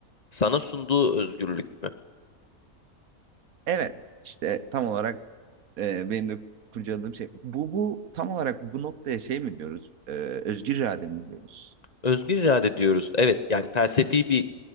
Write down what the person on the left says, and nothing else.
sana sunduğu özgürlük mü?
Özgür irade diyoruz. Evet, yani felsefi bir